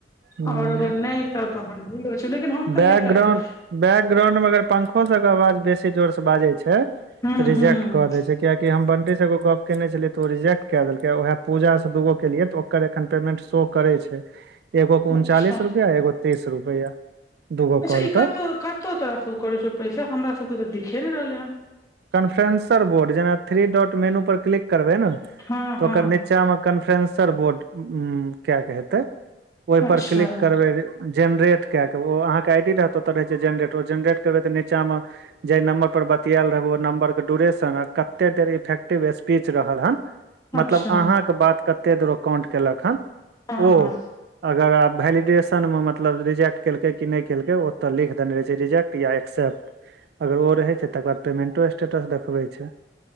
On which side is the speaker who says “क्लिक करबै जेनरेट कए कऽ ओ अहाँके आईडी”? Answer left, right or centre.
Right